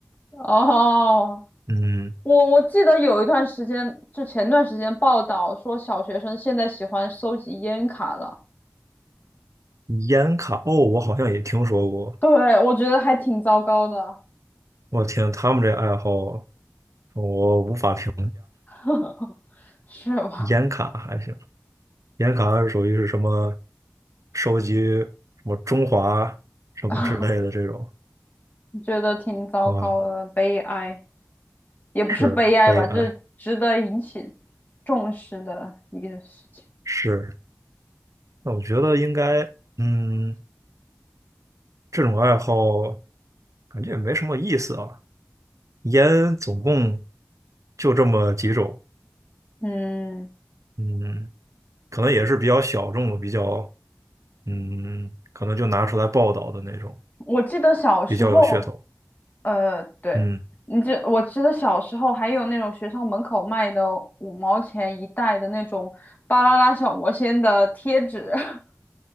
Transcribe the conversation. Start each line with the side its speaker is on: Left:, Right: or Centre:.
Left: 哦。
Right: 嗯，
Left: 我我记得有一段时间，就前段时间报道说小学生现在喜欢收集烟卡了，
Right: 烟卡，哦，我好像也听说过。
Left: 对，我觉得还挺糟糕的，
Right: 我天，他们这爱好我无法评。
Left: <laughs> 是吧？
Right: 烟卡还行，烟卡属于是什么收集什么中华什么之类的这种
Left: <laughs> 觉得挺糟糕的，
Right: 啊，
Left: 悲哀，也不是悲哀吧，
Right: 是悲哀
Left: 就是值得引起重视的一个事情。
Right: 是。那我觉得应该，嗯，这种爱好感觉也没什么意思啊。烟总共就这么几种，
Left: 嗯，
Right: 嗯，可能也是比较小众的，比较，嗯，可能就拿出来报道的那种，
Left: 我记得小时候。
Right: 比较有噱头，
Left: 呃，对，
Right: 嗯。
Left: 你这我记得小时候还有那种学校门口卖的五毛钱一袋的那种巴啦啦小魔仙的贴纸，<laughs>